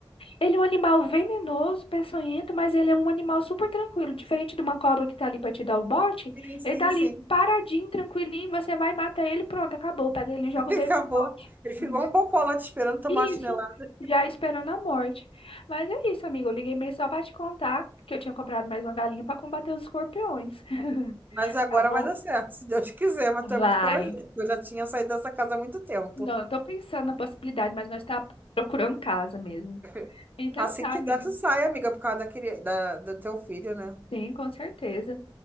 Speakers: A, on the left (about 80°); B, on the right (about 20°).
A: ele é um animal venenoso, peçonhento, mas ele é um animal super tranquilo. Diferente de uma cobra que tá ali pra te dar o bote,
B: Sim, sim,
A: ele tá ali
B: sim.
A: paradinho, tranquilinho, você vai e mata ele, pronto, acabou. Pega ele e joga
B: <laughs> Acabou.
A: dentro do pote.
B: Ele ficou
A: Hum.
B: um bocó lá te esperando tomar
A: Isso,
B: a chinelada.
A: já esperando a morte. Mas é isso, amigo. Eu liguei mesmo só pra te contar que eu tinha comprado mais uma galinha pra combater os escorpiões. <laughs>
B: Mas agora
A: Tá bom?
B: vai dar certo, se Deus quiser, mas tu é
A: Vai.
B: muito corajoso. Eu já tinha saído dessa casa há muito tempo.
A: Não, eu tô pensando na possibilidade, mas nós tá procurando casa mesmo.
B: <laughs>
A: Então
B: Assim
A: tá,
B: que
A: amiga.
B: dá, tu sai, amiga, por causa da, cri- da- do teu filho, né?
A: Sim, com certeza.